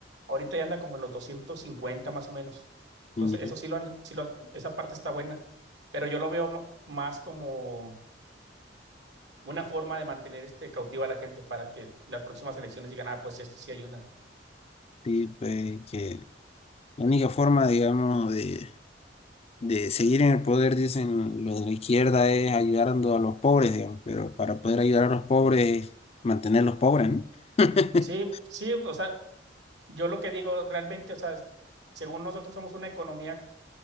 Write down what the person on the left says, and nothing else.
Ya,
Sí, pues que la única forma, digamos, de, de seguir en el poder, dicen los de la izquierda, es ayudando a los pobres, digamos, pero para poder ayudar a los pobres es mantenerlos pobres, ¿no? <laughs>